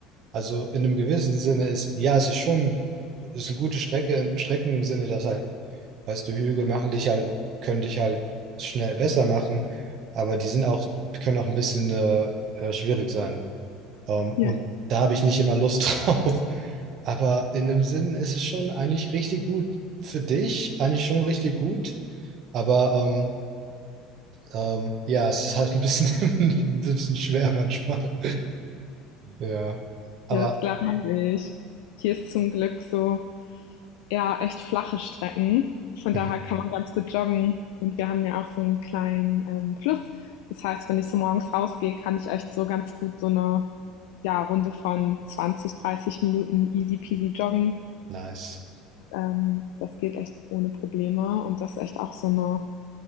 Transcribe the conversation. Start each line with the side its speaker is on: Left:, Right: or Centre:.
Right: Also in einem gewissen Sinne ist, ja, es ist schon, es ist eine gute Strecke, Strecken im Sinne, dass halt, weißt du, Hügel machen dich halt, können dich halt schnell besser machen, aber die sind auch, können auch ein bisschen äh, äh, schwierig sein. Ähm,
Left: Ja,
Right: und da habe ich nicht immer Lust <laughs> drauf. Aber in dem Sinn ist es schon eigentlich richtig gut für dich, eigentlich schon richtig gut. Aber ähm, ähm, ja, es ist halt ein bisschen, <laughs> ein bisschen schwer manchmal. Ja, aber
Left: ja das glaube ich. Hier ist zum Glück so ja echt flache Strecken. Von
Right: mhm,
Left: daher kann man ganz gut joggen. Und wir haben ja auch so einen kleinen ähm, Fluss. Das heißt, wenn ich so morgens rausgehe, kann ich echt so ganz gut so eine ja, Runde von 20, 30 Minuten easy peasy joggen.
Right: nice.
Left: Ähm, das geht echt ohne Probleme. Und das ist echt auch so eine